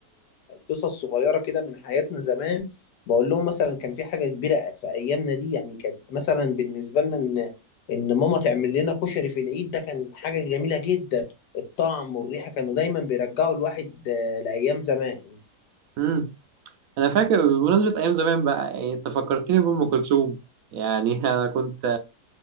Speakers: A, on the left (about 85°); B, on the right (about 70°).
A: قصص صغيره كده من حياتنا زمان بقول لهم مثلا كان في حاجه كبيره في ايامنا دي يعني كانت مثلا بالنسبه لنا ان ان ماما تعمل لنا كشري في العيد ده كانت حاجه جميله جدا الطعم والريحه كانوا دايما بيرجعوا الواحد آه، لايام زمان
B: امم أنا فاكر بمناسبة أيام زمان بقى يعني أنت فكرتني بأم كلثوم يعني <laughs> أنا كنت